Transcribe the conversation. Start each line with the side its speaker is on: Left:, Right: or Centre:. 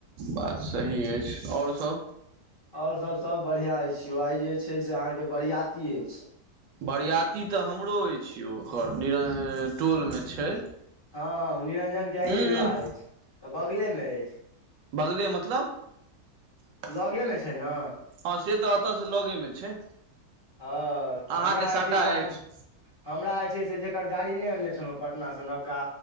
Right: बात सही अछि आओर सभ
Left: आओर सभ सभ बढ़िआँ छी वही जे छै से अहाँकेँ बरियाती अछि।
Right: बरियाती तऽ हमरो अछि ओ ओकर निरन टोलमे छै।
Left: हँ निरंजनके आइे
Right: उहूं
Left: विवाह अछि तऽ बगलेमे अछि
Right: बगले मतलब ज
Left: लगेमे छै ने
Right: हँ से तऽ एतयसँ लगेमे छै
Left: हँ
Right: अहाँके
Left: तऽ हमरा
Right: साटा
Left: जे छै से अहाँकेँ
Right: अछि
Left: हमरा जे छै से जकर गाड़ी नहि अनने छलहुँ पटनासँ नबका